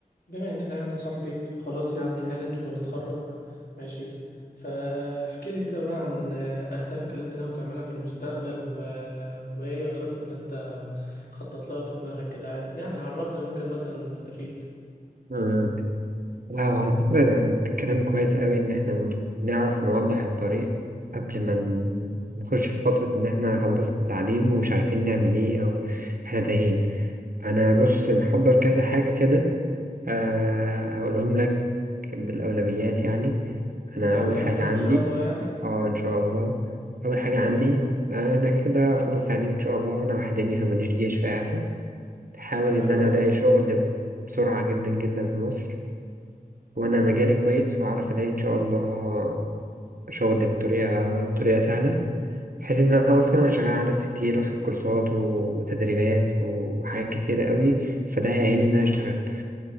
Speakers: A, on the left; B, on the right.
A: بما اننا يعني صاحبي خلاص يعني هانت ونتخرج ماشي فاحكي لي كده بقى عن اهدافك اللي انت ناوي تعملها في المستقبل و... وايه هي الخطط اللي انت خطط لها في دماغك كده يعني عرفني ممكن مثلا نستفيد
B: مم. لا على فكرة ده أنت كلام كويس قوي إن إحنا م- نعرف نوضح الطريق قبل ما ن- نخش في خطوة إن إحنا خلصنا التعليم ومش عارفين نعمل إيه أو إحنا تايهين أنا بص محضر كذا حاجة كده أه هقولهم لك بالأولويات يعني
A: ناوي
B: أنا أول
A: تعملهم
B: حاجة عندي
A: ان شاء الله يعني
B: أه إن شاء الله أول حاجة عندي
A: اه
B: آه، أنا كده كده أخلص تعليم إن شاء الله أنا وحدني فماليش جيش في إعفاء أحاول
A: طب حلو
B: إن أنا
A: ده
B: ألاقي شغل بسرعة جدا جدا في مصر وانا
A: امم
B: مجالي كويس وهعرف الاقي ان شاء الله شغل بطريقه بطريقه سهله بحيث ان انا اصلا انا شغال على نفسي كتير واخد كورسات و- وتدريبات وحاجات كتيره قوي فده هيعيني ان انا اشتغل